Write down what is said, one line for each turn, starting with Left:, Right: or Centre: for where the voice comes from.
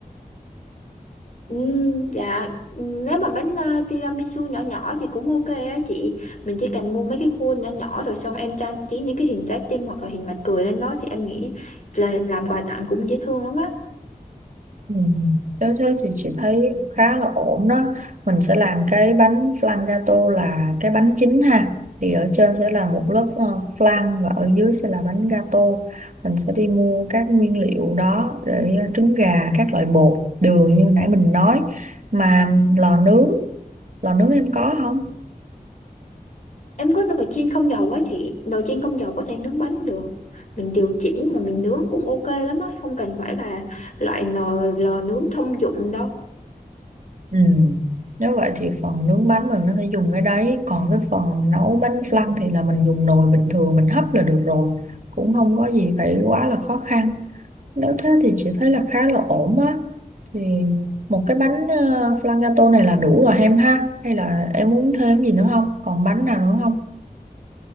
Left: Ừm, dạ ừm, nếu mà bánh uh, tiramisu nhỏ nhỏ thì cũng ok á chị. Mình chỉ cần mua mấy cái khuôn nhỏ nhỏ rồi xong em trang trí những cái hình trái tim hoặc là hình mặt cười lên đó thì em nghĩ là làm quà tặng cũng dễ thương lắm á.
Right: Ừ. Nếu thế thì chị thấy khá là ổn đó. Mình sẽ làm cái bánh flan gato là cái bánh chính ha. Thì ở trên sẽ là một lớp ờ, flan và ở dưới sẽ là bánh gato. Mình sẽ đi mua các nguyên liệu đó để trứng gà, các loại bột, đường như nãy mình nói. Mà lò nướng, lò nướng em có không?
Left: Em có nồi chiên không dầu á chị Nồi chiên không dầu có thể nướng bánh được Mình điều chỉnh mà mình nướng cũng ok lắm á Không cần phải là loại nồi lò nướng thông dụng đâu
Right: Ừ. Nếu vậy thì phần nướng bánh mình có thể dùng cái đấy Còn cái phần nấu bánh flan thì là mình dùng nồi bình thường mình hấp là được rồi Cũng không có gì phải quá là khó khăn Nếu thế thì chị thấy là khá là ổn á Thì một cái bánh ờ, flan gato này là đủ rồi em ha Hay là em muốn thêm gì nữa không? Còn bánh nào nữa không?